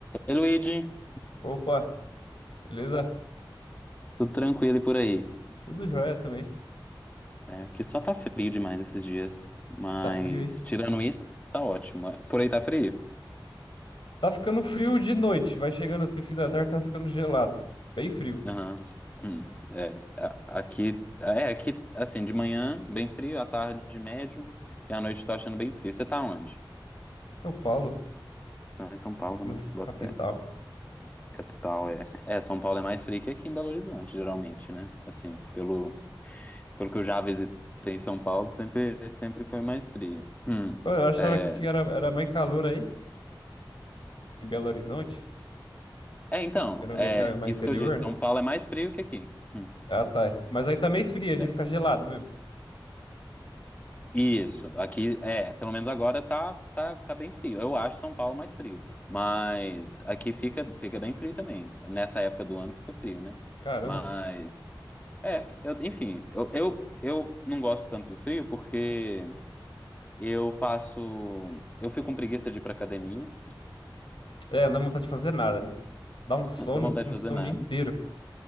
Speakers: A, on the left; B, on the left.
A: Ei, Luigi,
B: Opa, beleza?
A: tudo tranquilo e por aí?
B: Tudo jóia também.
A: É, que só tá frio demais esses dias, mas
B: Tá frio aí.
A: tirando isso, tá ótimo. Por aí tá frio?
B: Tá ficando frio de noite, vai chegando assim, fim da tarde, tá ficando gelado. Bem frio.
A: Aham. Hum, é, a- aqui, é, aqui, assim, de manhã bem frio, à tarde médio e à noite tô achando bem frio. Você tá onde?
B: São Paulo,
A: Tá em São Paulo, né?
B: na s-
A: Boto
B: capital.
A: fé. Capital é. É, São Paulo é mais frio que aqui em Belo Horizonte, geralmente, né? Assim, pelo, pelo que eu já visitei em São Paulo, sempre, sempre foi mais frio. Hum.
B: Pô, Eu achava
A: é,
B: que era, era mais calor aí, em Belo Horizonte.
A: É, então,
B: Geralmente
A: é
B: é mais
A: isso
B: interior,
A: que eu disse.
B: né?
A: São Paulo é mais frio que aqui. Hum,
B: Ah, tá. Mas aí também esfria, de
A: é.
B: ficar gelado mesmo.
A: Isso, aqui é, pelo menos agora tá, tá, tá bem frio. Eu acho São Paulo mais frio, mas aqui fica, fica bem frio também. Nessa época do ano fica frio, né?
B: Caramba.
A: Mas é, eu- enfim, eu, eu, eu não gosto tanto do frio porque eu faço, eu fico com preguiça de ir pra academia,
B: É, não dá vontade de fazer nada, né? Dá um
A: <laughs>
B: sono,
A: não dá vontade
B: um
A: de
B: sono
A: fazer nada.
B: o dia inteiro.